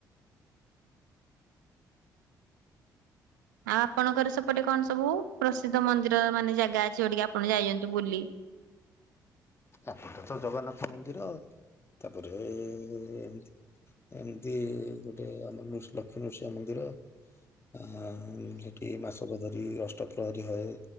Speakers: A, on the right; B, on the left.
A: ଆଉ ଆପଣଙ୍କର ସେପଟେ କଣ ସବୁ ପ୍ରସିଦ୍ଧ ମନ୍ଦିର ମାନେ ଜାଗା ଅଛି ଯୋଇଟିକି ଆପଣ ଯାଇଛନ୍ତି ବୁଲି। <inaudible>
B: ଆପଟେ ତ ଜଗନ୍ନାଥ ମନ୍ଦିର ତାପରେ ଏ ଏମତି ଏମିତି ଗୋଟେ ଆମର ନୃ ଲକ୍ଷ୍ମୀ ନୃସିଂହ ମନ୍ଦିର। ହଅ ସେଠି ମାସକ ଧରି ଅଷ୍ଟ ପ୍ରହରୀ ହଏ